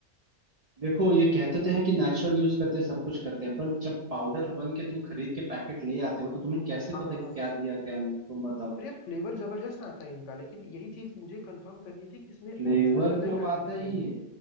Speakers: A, on the right; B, on the left.
A: देखो ये कहते तो हैं कि नेचुरल यूज करते हैं सब कुछ करते हैं पर जब पाउडर बन के तुम खरीद के पैकेट ले आते हो तो तुम्हें कैसे
B: हाँ
A: पता
B: हाँ
A: कि
B: हाँ
A: क्या दिया क्या नहीं तुम बताओ
B: पर यार फ्लेवर जबरदस्त आता है इनका लेकिन यही चीज मुझे कंफर्म करनी थी कि इसमें
A: फ्लेवर
B: ओरिजिनल रहता
A: तो
B: है कि आर्टिफिशियल
A: आता ही है